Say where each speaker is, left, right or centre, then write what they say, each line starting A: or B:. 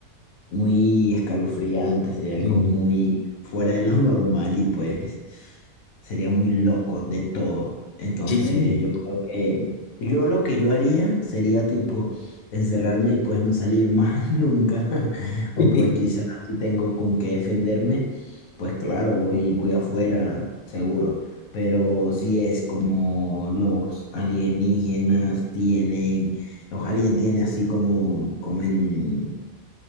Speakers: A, on the left (about 80°); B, on the left (about 55°).
A: muy escalofriante, sería algo
B: sí
A: muy fuera de lo normal y pues sería muy loco de todo. Entonces
B: Sí, sí.
A: yo creo que yo lo que yo haría sería tipo encerrarme y pues no salir más <laughs> nunca. <laughs>
B: <laughs>
A: O pues quizás si tengo con qué defenderme, pues claro, voy, voy afuera, seguro. Pero si es como los alienígenas tienen, los aliens tienen así como, como en,